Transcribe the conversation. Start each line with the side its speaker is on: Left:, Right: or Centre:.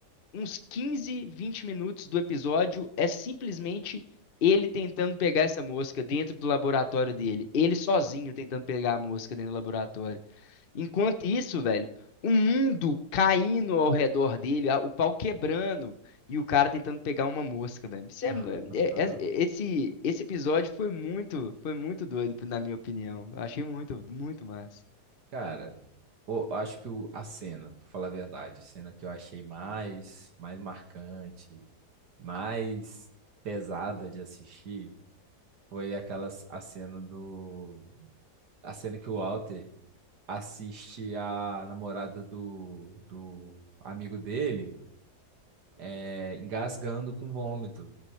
Left: uns 15, 20 minutos do episódio é simplesmente ele tentando pegar essa mosca dentro do laboratório dele. Ele sozinho tentando pegar a mosca dentro do laboratório. Enquanto isso, velho, o mundo caindo ao redor dele, a- o pau quebrando e o cara tentando pegar uma mosca, velho. Isso
Right: <laughs>
Left: é- é- é- esse, esse episódio foi muito, foi muito doido, na minha opinião. Eu achei muito, muito massa.
Right: Cara, eu acho que o- a cena, pra falar a verdade, a cena que eu achei mais, mais marcante, mais pesada de assistir, foi aquela c- a cena do, a cena que o Walter assiste a namorada do, do amigo dele é, engasgando com vômito,